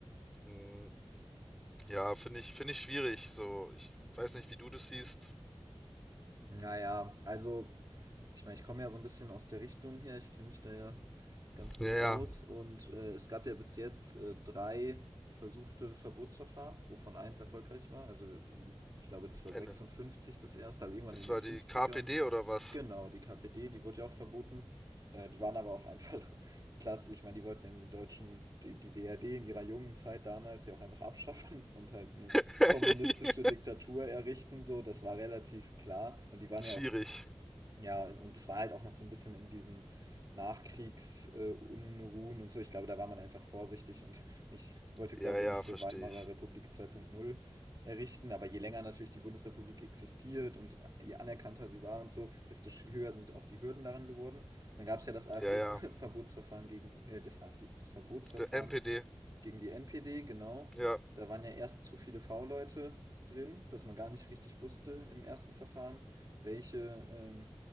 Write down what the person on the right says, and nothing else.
Naja, also, ich meine, ich komme ja so ein bisschen aus der Richtung her, ich kenne mich da ja ganz gut
aus und äh, es gab ja bis jetzt äh, drei versuchte Verbotsverfahren, wovon eins erfolgreich war. Also die, ich glaube, das war
56 das erste, also irgendwann
in den
Fünfzigern.
Genau, die KPD, die wurde ja auch verboten. Äh, die waren aber auch einfach <laughs> klasse. Ich meine, die wollten den Deutschen, die, die BRD in ihrer jungen Zeit damals ja auch einfach abschaffen und halt eine
kommunistische Diktatur errichten, so, das war relativ klar. Und die waren
ja auch, ja, und das war halt auch noch so ein bisschen in diesen Nachkriegsunruhen und so. Ich glaube, da war man einfach vorsichtig und nicht, wollte
quasi
nicht
so Weimarer
Republik 2.0 errichten. Aber je länger natürlich die Bundesrepublik existiert und je anerkannter sie war und so, desto sch- höher sind auch die Hürden daran geworden. Und dann gab es ja das AfD-Verbotsverfahren
gegen, äh, das AfD, das Verbotsverfahren
gegen die NPD, genau.
Da waren ja erst zu viele V-Leute drin, dass man gar nicht richtig wusste im ersten Verfahren, welche, ähm,